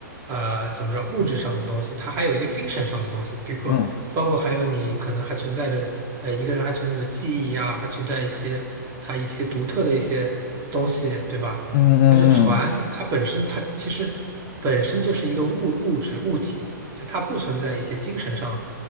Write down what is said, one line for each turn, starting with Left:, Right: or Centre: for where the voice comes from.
Right: 呃，怎么说，物质上的东西，它还有一个精神上的东西，比如说，
Left: 嗯
Right: 包括还有你可能还存在着，呃，一个人还存在着记忆呀，还存在一些他一些独特的一些东西，对吧？
Left: 嗯嗯嗯嗯嗯。
Right: 但是船它本身，它其实本身就是一个物物质物体，就它不存在一些精神上